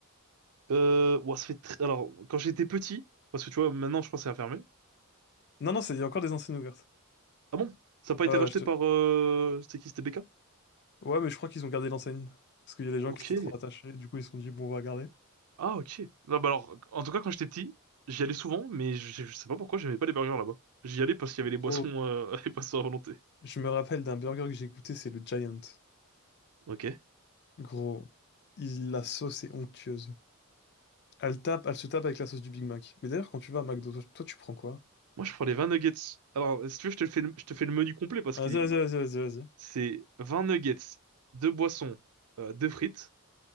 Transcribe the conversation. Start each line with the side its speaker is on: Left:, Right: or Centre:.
Right: Euh, ouah, ça fait tr- Alors, quand j'étais petit, parce que tu vois, maintenant je crois que c'est fermé.
Left: Non, non, c'est- il y a encore des enseignes ouvertes.
Right: Ah bon? Ça n'a pas été
Left: Ouais,
Right: racheté
Left: je te-
Right: par... Euh... C'était qui? C'était BK?
Left: ouais, mais je crois qu'ils ont gardé l'enseigne. Parce qu'il y a des
Right: Ok.
Left: gens qui étaient trop attachés, du coup, ils se sont dit, bon, on va garder.
Right: Ah, ok. Non, bah alors, en tout cas, quand j'étais petit, j'y allais souvent, mais je, je sais pas pourquoi j'aimais pas les burgers là-bas. J'y allais parce qu'il y avait les boissons,
Left: Gros,
Right: euh, <laughs> les boissons à volonté.
Left: je me rappelle d'un burger que j'ai goûté, c'est le Giant.
Right: Ok.
Left: Gros, il, la sauce est onctueuse. Elle tape, elle se tape avec la sauce du Big Mac. Mais d'ailleurs, quand tu vas à McDo, toi, toi, tu prends quoi?
Right: Moi, je prends les 20 nuggets. Alors, si tu veux, je te fais le, je te fais le menu complet parce
Left: Ah,
Right: qu'il
Left: Vas-y,
Right: est,
Left: vas-y, vas-y, vas-y, vas-y.
Right: c'est 20 nuggets, deux boissons, euh, deux frites.